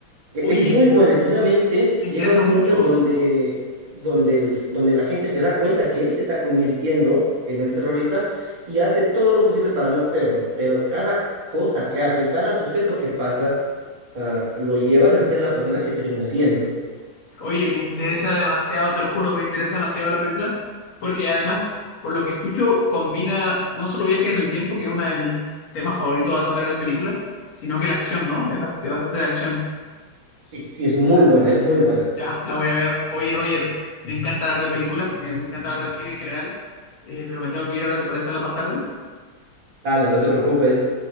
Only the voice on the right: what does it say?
es
muy
buena y precisamente
llega
un punto
en donde, donde, el- donde la gente se da cuenta que él se está convirtiendo en el terrorista y hace todo lo posible para no serlo, pero cada cosa que hace, cada suceso que pasa, ah, lo llevan a ser la persona que termina siendo.
Sí, sí, es muy buena, es muy buena.
Dale, no te preocupes.